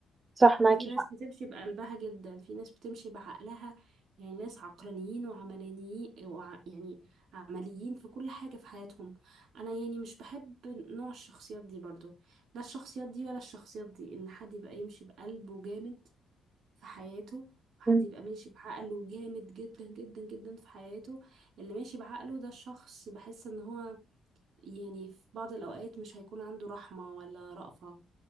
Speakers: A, on the right; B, on the right.
A: صح معاكي
B: وفي ناس
A: حق
B: بتمشي بقلبها جدا في ناس بتمشي بعقلها يعني ناس عقلانيين وعملانيين وع يعني عمليين في كل حاجة في حياتهم أنا يعني مش بحب نوع الشخصيات دي برضو لا الشخصيات دي ولا الشخصيات دي إن حد يبقى يمشي بقلبه جامد في حياته وحد
A: مم.
B: يبقى ماشي بعقله جامد جدا جدا جدا في حياته اللي ماشي بعقله ده الشخص بحس إن هو يعني في بعض الأوقات مش هيكون عنده رحمة ولا رأفة